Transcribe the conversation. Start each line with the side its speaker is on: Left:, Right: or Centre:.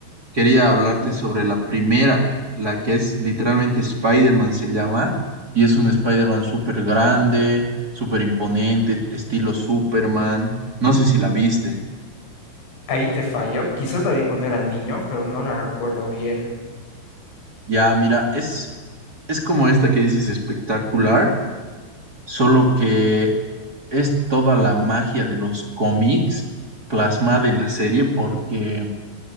Right: quería hablarte sobre la primera, la que es literalmente Spider-Man se llama, y es un Spider-Man súper grande, súper imponente, estilo Superman. No sé si la viste.
Left: Ahí te fallo. Quizás la vi cuando era niño, pero no la recuerdo bien.
Right: Ya, mira, es, es como esta que dices espectacular, solo que es toda la magia de los cómics plasmada en la serie porque